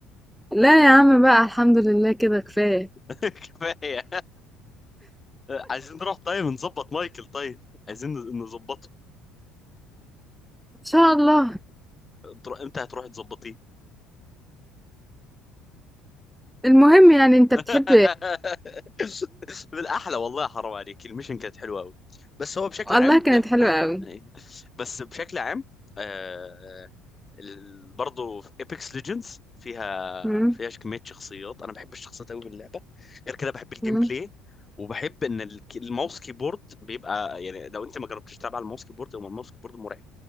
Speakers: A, in the centre; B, on the left.
A: لا يا عم بقى الحمد لله كده كفاية
B: <laughs> كفاية عايزين نروح طيب نظبط مايكل طيب عايزين نظبطه
A: ان شاء الله
B: تر- انت هتروح تظبطيه
A: المهم يعني انت
B: <laughs>
A: بتحب
B: بالاحلى والله حرام عليك الميشن كانت حلوه قوي بس هو بشكل
A: والله
B: عام
A: كانت حلوة
B: <laughs>
A: قوي
B: بس بشكل عام آه، ال- برضو في ايبكس ليجندز فيها
A: مم.
B: فيها كميه شخصيات انا بحب الشخصيات قوي في اللعبه غير كده بحب الجيم
A: مم.
B: بلاي وبحب ان الك- الماوس كيبورد بيبقى يعني لو انت ما جربتش تلعب على الماوس كيبورد هو الماوس كيبورد مرعب